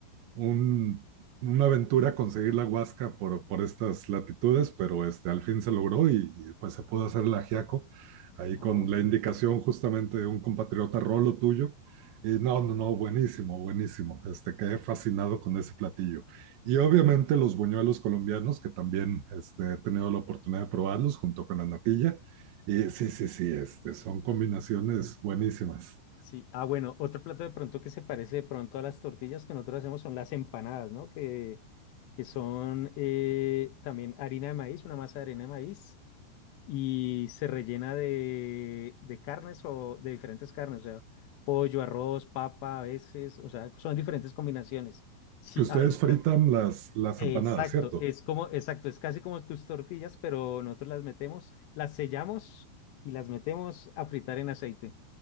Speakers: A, on the right (about 70°); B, on the left (about 70°).
A: un, una aventura conseguir la Huasca por, por estas latitudes, pero este, al fin se logró y, y, pues se pudo hacer el ajiaco ahí
B: Ah,
A: con
B: bueno.
A: la indicación justamente de un compatriota Rolo tuyo. Y no, no, no, buenísimo, buenísimo. Este, quedé fascinado con ese platillo. Y obviamente los buñuelos colombianos, que también este, he tenido la oportunidad de probarlos junto con la natilla. Y sí, sí, sí, este, son combinaciones buenísimas.
B: Sí, ah, bueno, otro plato de pronto que se parece de pronto a las tortillas que nosotros hacemos son las empanadas, ¿no? Que, que son eh, también harina de maíz, una masa de harina de maíz, y se rellena de, de carnes o de diferentes carnes, o sea, pollo, arroz, papa, a veces, o sea, son diferentes combinaciones. Sí,
A: Que ustedes
B: a veces.
A: fritan las, las
B: Exacto,
A: empanadas, ¿cierto?
B: es como, exacto, es casi como tus tortillas, pero nosotros las metemos, las sellamos y las metemos a fritar en aceite